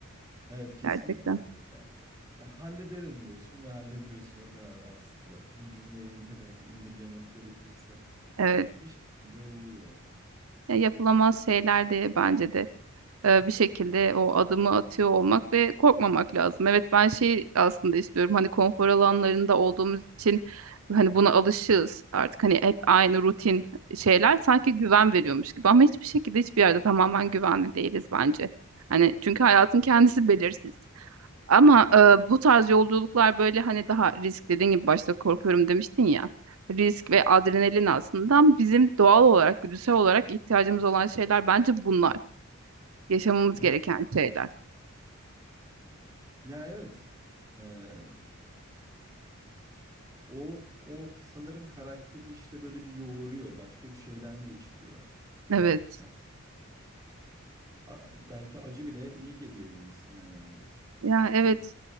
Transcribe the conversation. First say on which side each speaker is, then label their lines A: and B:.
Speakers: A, on the right; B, on the right.
A: Evet kesinlikle
B: gerçekten.
A: öyle. Ya hallederim diyorsun ve hallediyorsun o kadar aslında. Bir cümleye indirerek, indirgemek gerekirse
B: Evet.
A: bir şekilde oluyor.
B: Ya yapılamaz şeyler diye bence de e, bir şekilde o adımı atıyor olmak ve korkmamak lazım. Evet ben şey aslında istiyorum hani konfor alanlarında olduğumuz için hani buna alışığız artık hani hep aynı rutin şeyler sanki güven veriyormuş gibi ama hiçbir şekilde hiçbir yerde tamamen güvenli değiliz bence. Hani çünkü hayatın kendisi belirsiz. Ama
A: Hı hı.
B: e, bu tarz yolculuklar böyle hani daha risk dediğin gibi başta korkuyorum demiştin ya. Risk ve adrenalin aslında bizim doğal olarak, güdüsel olarak ihtiyacımız olan şeyler bence bunlar yaşamamız
A: Evet.
B: gereken şeyler.
A: Ya evet. Ee, O o sanırım karakteri işte böyle bir yoğuruyor, başka bir şeyden geçiriyor.
B: Evet.
A: E, a- belki acı bile iyi geliyor insana yani.
B: Ya
A: Orada
B: evet.